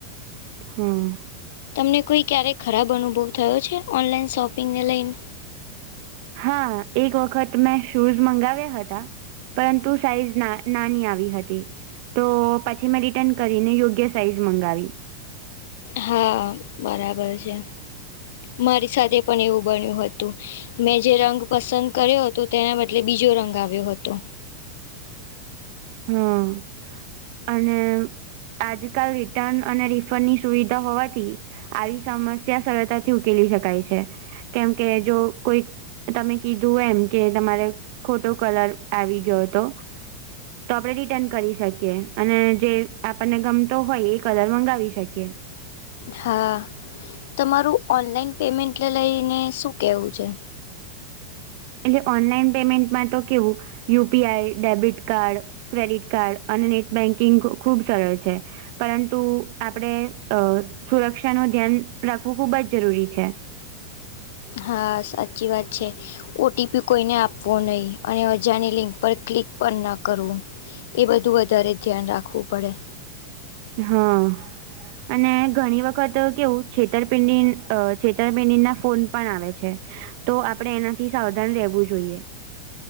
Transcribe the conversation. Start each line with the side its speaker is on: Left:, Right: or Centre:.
Right: હા.
Left: તમને કોઈ ક્યારેક ખરાબ અનુભવ થયો છે ઓનલાઈન શોપિંગને લઈને.
Right: હા એક વખત મેં શૂઝ મંગાવ્યા હતા પરંતુ સાઈઝ ના નાની આવી હતી. તો પછી મેં રિટર્ન કરીને યોગ્ય સાઈઝ મંગાવી.
Left: હા બરાબર છે. મારી સાથે પણ એવું બન્યું હતું. મેં જે રંગ પસંદ કર્યો હતો તેના બદલે બીજો રંગ આવ્યો હતો.
Right: હા અને આજકાલ રિટર્ન અને રિફંડની સુવિધા હોવાથી આવી સમસ્યા સરળતાથી ઉકેલી શકાય છે. કેમ કે જો કોઈ તમે કીધું એમ કે તમારે ખોટો કલર આવી ગીતો તો આપણે રિટર્ન કરી શકીએ અને જે આપણને ગમતો હોય એ કલર મંગાવી શકીએ.
Left: હા. તમારું ઓનલાઈન પેમેન્ટ લઈને શું કહેવું છે?
Right: અને ઓનલાઈન પેમેન્ટમાં તો કેવું U P I debit card, credit card અને નેટ બેન્કિંગ ખુબ સરળ છે. પરંતુ આપડે અ સુરક્ષા નું ધ્યાન રાખવું ખુબ જ જરૂરી છે.
Left: હા સાચી વાત છે. ઓ ટી પી કોઈને આપવો નય અને અજાણી લિંક પર ક્લિક પણ ન કરવું. એ બધું વધારે ધ્યાન રાખવું પડે.
Right: હા. અને ઘણી વખત તો કેવું છેતરપિંડી અ છેતરપિંડીના ફોન પણ આવે છે. તો આપણે એનાથી સાવધાન રહેવું જોઈએ.